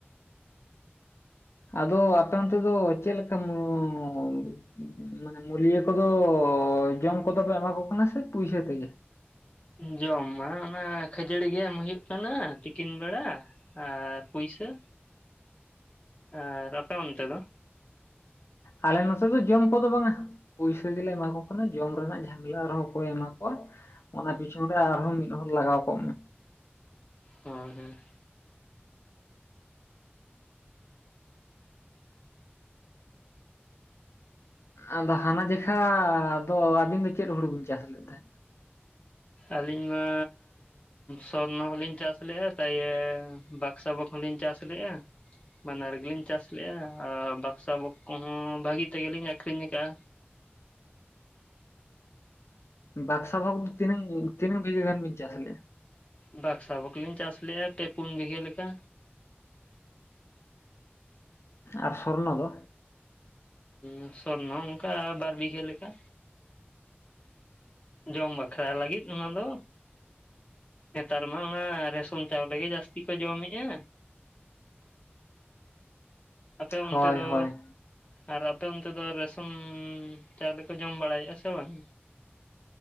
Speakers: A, on the left; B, on the left.
A: ᱟᱫᱚ ᱟᱯᱮ ᱚᱱᱛᱮ ᱫᱚ ᱪᱮᱫ ᱞᱮᱠᱟᱢ <unintelligible> ᱢᱟᱱᱮ ᱢᱩᱞᱤᱭᱟᱹ ᱠᱚᱫᱚ ᱡᱚᱢ ᱠᱚᱫᱚ ᱯᱮ ᱮᱢᱟ ᱠᱚ ᱠᱟᱱᱟ ᱥᱮ ᱯᱩᱭᱥᱟ ᱛᱮᱜᱮ
B: ᱡᱚᱢ ᱢᱟ ᱚᱱᱟ ᱠᱷᱟᱡᱟᱹᱲᱤ ᱜᱮ ᱮᱢ ᱦᱩᱭᱩᱜ ᱠᱟᱱᱟ ᱛᱤᱠᱤᱱ ᱵᱮᱲᱟ ᱟᱨ ᱯᱩᱭᱥᱟ ᱟᱨ ᱟᱯᱮ ᱚᱱᱛᱮ ᱫᱚ
A: ᱟᱞᱮ ᱱᱚᱛᱮ ᱫᱚ ᱡᱚᱢ ᱠᱚᱫᱚ ᱵᱟᱝᱟ ᱯᱩᱭᱥᱟᱹ ᱜᱮᱞᱮ ᱮᱢᱟ ᱠᱚ ᱠᱟᱱᱟ ᱡᱚᱢ ᱨᱮᱱᱟᱜ ᱡᱷᱟᱢᱮᱞᱟ ᱟᱨᱦᱚᱸ ᱠᱚᱭ ᱮᱢᱟ ᱠᱚ <unintelligible> ᱚᱱᱟ ᱯᱤᱪᱷᱚᱱ ᱨᱮ ᱟᱨᱦᱚᱸ ᱢᱤᱫ ᱦᱚᱲ ᱞᱟᱜᱟᱣ ᱠᱚᱜ ᱢᱮ
B: ᱦᱚᱭ ᱦᱮᱸ
A: ᱟᱫᱚ ᱦᱟᱱᱟ ᱡᱮᱠᱷᱟ ᱫᱚ ᱟᱹᱵᱤᱱ ᱫᱚ ᱪᱮᱫ ᱦᱩᱲᱩ ᱵᱤᱱ ᱪᱟᱥ ᱞᱮᱫ ᱛᱟᱦᱮᱸᱜ
B: ᱟᱹᱞᱤᱧ ᱢᱟ ᱥᱚᱨᱱᱚ ᱦᱚᱞᱤᱧ ᱪᱟᱥ ᱞᱮᱜ-ᱟ ᱛᱟᱭᱮ ᱵᱟᱠᱥᱟ ᱵᱟᱠᱽᱦᱚᱸᱞᱤᱧ ᱪᱟᱥ ᱞᱮᱜ-ᱟ ᱵᱟᱱᱟᱨ ᱜᱮᱞᱤᱧ ᱪᱟᱥ ᱞᱮᱜ-ᱟ ᱟᱨ ᱵᱟᱠᱥᱟ ᱵᱚᱠᱚ ᱦᱚᱸ ᱵᱷᱟᱹᱜᱤ ᱛᱮᱜᱮᱞᱤᱧ ᱟᱠᱷᱨᱤᱧ ᱠᱟᱜ-ᱟ
A: ᱵᱟᱠᱥᱟ ᱵᱷᱚᱠ ᱫᱚ ᱛᱤᱱᱟᱝ ᱛᱤᱱᱟᱝ ᱵᱷᱤᱜᱷᱟᱹ ᱜᱟᱱ ᱵᱤᱱ ᱪᱟᱥ ᱞᱮᱜ-ᱟ
B: ᱵᱟᱠᱥᱟ ᱵᱷᱚᱠᱞᱤᱧ ᱪᱟᱥ ᱞᱮᱜ-ᱟ ᱯᱮ ᱯᱩᱱ ᱵᱤᱜᱷᱟᱹ ᱞᱮᱠᱟ
A: ᱟᱨ ᱥᱚᱨᱱᱚ ᱫᱚ
B: ᱩᱸᱥᱚᱨᱱᱚ ᱦᱚ ᱚᱝᱠᱟ ᱵᱟᱨ ᱵᱤᱜᱷᱟᱹ ᱞᱮᱠᱟ ᱡᱚᱢ ᱵᱟᱠᱷᱨᱟ ᱞᱟᱹᱜᱤᱫ ᱚᱱᱟ ᱫᱚ ᱱᱮᱛᱟᱨ ᱢᱟ ᱚᱱᱟ ᱨᱮᱥᱚᱱ ᱪᱟᱣᱞᱮ ᱜᱮ ᱡᱟᱹᱥᱛᱤ ᱠᱚ ᱡᱚᱢᱮᱜᱼᱟ ᱟᱯᱮ ᱚᱱᱛᱮ
A: ᱦᱳᱭ
B: ᱫᱚ
A: ᱦᱳᱭ
B: ᱟᱨ ᱟᱯᱮ ᱚᱱᱛᱮ ᱫᱚ ᱨᱮᱥᱚᱱ ᱪᱟᱣᱞᱮ ᱠᱚ ᱡᱚᱢ ᱵᱟᱲᱟᱭᱮᱫᱼᱟ ᱥᱮ ᱵᱟᱝ